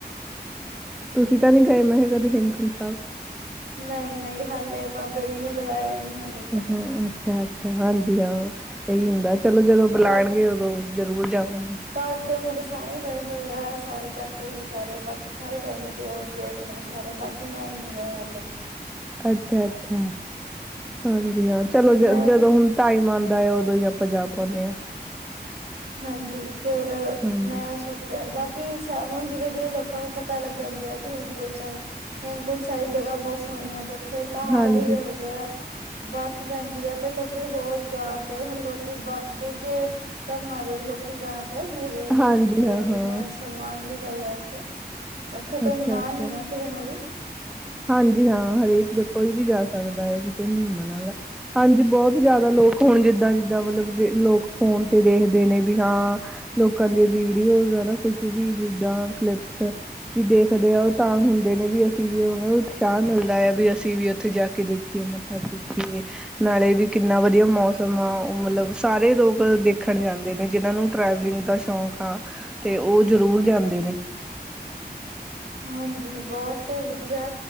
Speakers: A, in the centre; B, on the right.
A: ਤੁਸੀਂ ਤਾਂ ਨੀ ਗਏ ਮੈਂ ਕਿਹਾ ਕਦੇ ਹੇਮਕੁੰਟ ਸਾਹਿਬ।
B: ਨਹੀਂ, ਨਹੀਂ ਹਲੇ ਬਾਬਾ ਜੀ ਨੇ ਬੁਲਾਇਆ ਈ ਨਹੀਂ ਹਲੇ।
A: ਅੱਛਾ, ਅੱਛਾ, ਅਛਾ ਹਾਂਜੀ ਹਾਂ, ਇਹੀ ਹੁੰਦਾ ਚਲੋ ਜਦੋਂ ਬੁਲਾਉਣਗੇ
B: ਘਰ
A: ਉਦੋਂ। ਜ਼ਰੂਰ ਜਾਓਗੇ।
B: ਘਰ ਦੇ ਮੇਰੇ ਸਾਰੇ ਗਏ ਹੋਏ ਆ ਸਾਰੇ ਚਾਚਾ ਜੀ ਸਾਰੇ ਬਾਕੀ ਸਾਰੇ ਕੈਵੇ ਦਿਉਰ, ਜੇਠ ਮੇਰੇ ਸਾਰੇ ਬਾਕੀ ਮੈਂ ਹੀ ਨੀ ਗਏ ਹਲੇ।
A: ਅੱਛਾ, ਅੱਛਾ ਹਾਂਜੀ ਹਾਂ, ਚਲੋ ਜ
B: ਮੈਂ
A: ਜਦੋਂ
B: ਵੀ
A: ਹੁਣ ਟਾਈਮ ਆਉਂਦਾ ਹੈ ਉਦੋਂ ਹੀ ਆਪਾਂ ਜਾ ਪਾਉਂਨੇ ਹਾਂ।
B: ਹਾਂਜੀ, ਫੇਰ
A: ਹਾਂਜੀ
B: ਮੈਂ ਸੋਚ ਜ ਬਾਕੀ ਸਬ ਹੁਣ ਜਿਵੇਂ, ਜਿਵੇਂ ਲੋਕਾਂ ਨੂੰ ਪਤਾ ਲੱਗਨ ਡਿਆ ਆ ਕਿ ਹੇਮਕੁੰਟ ਸਾਹਿਬ ਹੇਮਕੁੰਟ ਸਾਹਿਬ ਜਗ੍ਹਾ ਬਹੁਤ ਸੋਹਣੀ ਆ ਤੇ ਉੱਥੇ ਪਹਾੜ
A: ਹਾਂਜੀ
B: ਵੀ <unintelligible> ਆ। ਬਰਫ਼ ਪੈਂਦੀ ਹੈ ਤੇ ਲੋਕੀ ਹੋਰ ਜਾਣ ਡੇ ਹੁਣ ਲੋਕੀ ਬ ਦੂਜੇ ਧਰਮਾਂ ਦੇ ਵੀ ਲੋਕੀ ਜਾਣ ਡੇ ਮੇਰੇ
A: ਹਾਂਜੀ
B: ਦੋਸਤ
A: ਹਾਂ
B: ਕਿੰਨੇ
A: ਹਾਂ
B: ਮੁਸਲਮਾਨ ਵੀ ਗਏ ਆ ਉੱਥੇ ਉੱਥੇ ਕੋਈ
A: ਅੱਛਾ
B: ਨਾਂ
A: ਅੱਛਾ
B: ਨੀ ਆ ਕਿਸੇ ਨੂੰ ਵੀ
A: ਹਾਂਜੀ ਹਾਂ ਹਰੇਕ ਜ ਕੋਈ ਵੀ ਜਾ ਸਕਦਾ ਹੈ ਕਿਸੇ ਨੂੰ ਨ ਮਨਾਗਾ ਹਾਂਜੀ ਬਹੁਤ ਜ਼ਿਆਦਾ ਲੋਕ ਹੁਣ ਜਿੱਦਾਂ ਜਿੱਦਾਂ ਮਤਲਬ ਲੋਕ ਫੋਨ ਤੇ ਦੇਖਦੇ ਨੇ ਵੀ ਹਾਂ ਲੋਕਾਂ ਦੀ ਵੀਡੀਓ ਨਾ ਕੁਛ ਵੀ ਜਿਦਾਂ ਕਲਿਪਸ ਵੀ ਦੇਖਦੇ ਆ ਉਹ ਤਾਂ ਹੁੰਦੇ ਨੇ ਵੀ ਅਸੀਂ ਵੀ ਉਹ ਬਹੁਤ ਉਤਸ਼ਾਹ ਮਿਲਦਾ ਆ ਵੀ ਅਸੀਂ ਵੀ ਉੱਥੇ ਜਾ ਕੇ ਦੇਖੀਏ ਮੱਥਾ ਟੇਕੀਏ। ਨਾਲੇ ਵੀ ਕਿੰਨਾ ਵਧੀਆ ਮੌਸਮ ਆ ਉਹ ਮਤਲਬ ਸਾਰੇ ਲੋਕ ਦੇਖਣ ਜਾਂਦੇ ਨੇ ਜਿਹਨਾਂ ਨੂੰ ਟ੍ਰੈਵਲਿੰਗ ਦਾ। ਸ਼ੌਂਕ ਆ ਅਤੇ ਉਹ ਜ਼ਰੂਰ ਜਾਂਦੇ ਨੇ।
B: ਹਾਂਜੀ ਬਹੁਤ ਵਧੀਆ